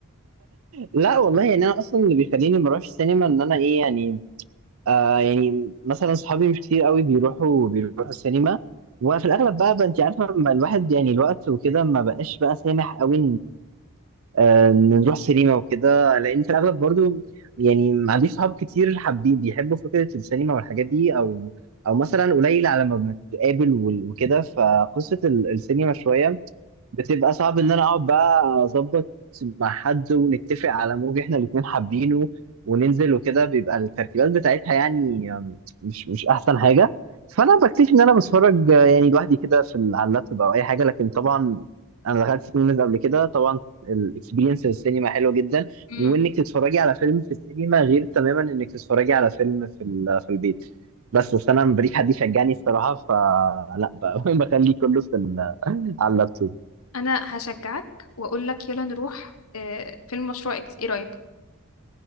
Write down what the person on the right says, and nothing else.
لا والله يعني انا اصلا اللي بيخليني ما اروحش السينما ان انا ايه يعني آه يعني مثلا صحابي مش كتير قوي بيروحوا بيروحوا السينما وفي الاغلب بقى, بقى انت عارفه لما الواحد يعني الوقت وكده ما بقاش بقى سامح قوي آه، نروح سينما وكده لان في الاغلب برضو يعني ما عنديش صحاب كتير حابين بيحبوا فكره السينما والحاجات دي او او مثلا قليل على ما بنتقابل وال- وكده فقصه ال- السينما شويه بتبقى صعب ان انا اقعد بقى اظبط مع حد ونتفق على موفي احنا الاتنين حابينه وننزل وكده بيبقى الترتيبات بتاعتها يعني آم، مش مش احسن حاجه فانا بكتشف ان انا بتفرج آه، يعني لوحدي كده في ال- على اللابتوب او اي حاجه لكن طبعا انا دخلت سينما قبل كده طبعا الاكسبيرينس السينما حلوه جدا
وانك تتفرجي على فيلم في السينما غير تماما انك تتفرجي على فيلم في ال- في البيت بس بس انا مبريش حد يشجعني الصراحه فلا ب- <laughs> بخليه كله في ال- على اللابتوب